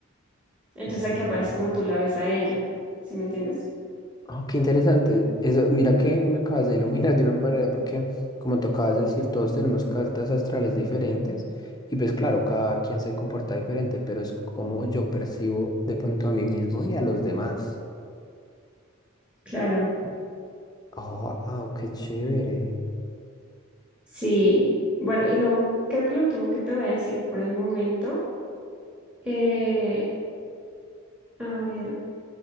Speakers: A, in the centre; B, on the left.
A: Entonces
B: Wow.
A: aquí aparece como tú la ves a ella, ¿sí me entiendes?
B: Ah, qué interesante. Eso, mira que me acabas de iluminar de una manera, porque como te acabas de decir, todos tenemos cartas astrales diferentes y pues claro, cada quien se comporta diferente, pero es como yo percibo de pronto a mí mismo y a los demás.
A: Claro,
B: Oh, wow, qué chévere.
A: sí. Bueno, y lo, ul- creo que lo último que te voy a decir por el momento, eh, a ver,